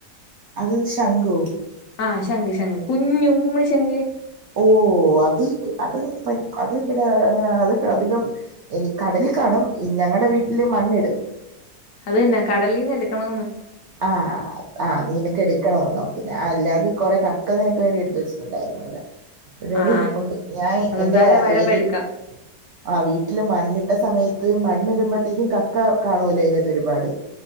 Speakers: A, on the right; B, on the left.
A: അത് ശംഖു
B: ആഹ് ശഖ് ശഖ് കുഞ്ഞു ഊമ്മ ശഖ്
A: ഓ അത് അത് അത് ഇവടെ അങ്ങനെ അത് അധികം എനി കടലിൽ കാണും ഞങ്ങൾടെ വീട്ടില് മണ്ണിടും.
B: അതന്നെ കടലീന്നെടുക്കണൊന്ന്
A: ആ അ അത്‌ നിനക്കെടുക്കണോ നോക്കിന അ അല്ലാതെ കൊറെ കക്ക നിനക്ക് വേണ്ടി എടുത്ത് വെച്ചിട്ടുണ്ടായിരുന്നിവിടെ. <unintelligible>
B: ആഹ്
A: രിപ്പുണ്ട് ഞാൻ
B: അതെന്തായാലും
A: എന്റെ <unintelligible>
B: വരുമ്പോ എടുക്കാം
A: ആ വീട്ടില് മണ്ണിട്ട സമയത്ത് മണ്ണിടുമ്പോഴത്തേക്കും കക്ക കാണുലയ്നാത്തൊരുപാട്